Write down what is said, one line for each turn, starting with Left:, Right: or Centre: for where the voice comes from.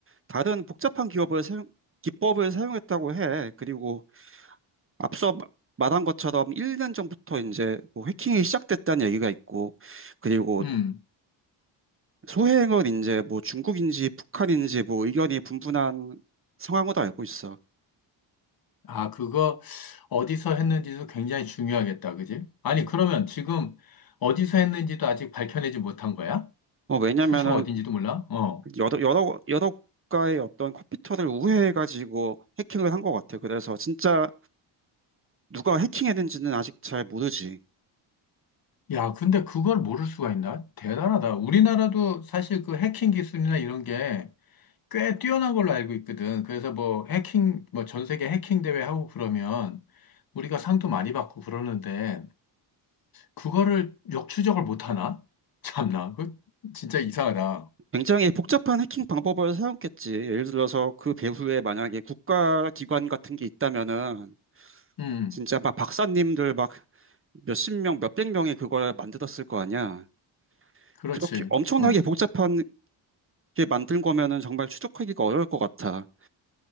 Right: 다른 복잡한 기업을 사용, 기법을 사용했다고 해. 그리고 앞서 마- 말한 것처럼 1년 전부터 이제 뭐 해킹이 시작됐다는 얘기가 있고, 그리고
Left: 음.
Right: 소행은 이제 뭐 중국인지 북한인지 뭐 의견이 분분한 상황으로 알고 있어.
Left: 아, 그거 어디서 했는지도 굉장히 중요하겠다, 그지? 아니, 그러면 지금 어디서 했는지도 아직 밝혀내지 못한 거야?
Right: 어, 왜냐면은
Left: 출처가 어딘지도 몰라? 어.
Right: 여러, 여러, 여러 국가의 어떤 컴퓨터를 우회해가지고 해킹을 한 것 같아. 그래서 진짜 누가 해킹했는지는 아직 잘 모르지.
Left: 야, 근데 그걸 모를 수가 있나? 대단하다. 우리나라도 사실 그 해킹 기술이나 이런 게 꽤 뛰어난 걸로 알고 있거든. 그래서 뭐 해킹, 뭐 전 세계 해킹 대회 하고 그러면 우리가 상도 많이 받고 그러는데 그거를 역추적을 못 하나? <laughs> 참나, 그 진짜 이상하다.
Right: 굉장히 복잡한 해킹 방법을 사용했겠지. 예를 들어서 그 배후에 만약에 국가기관 같은 게 있다면은
Left: 음,
Right: 진짜 막 박사님들 막 몇십 명, 몇백 명이 그걸 만들었을 거 아니야.
Left: 그렇지.
Right: 그렇게 엄청나게
Left: 응.
Right: 복잡한 게 만든 거면은 정말 추적하기가 어려울 것 같아.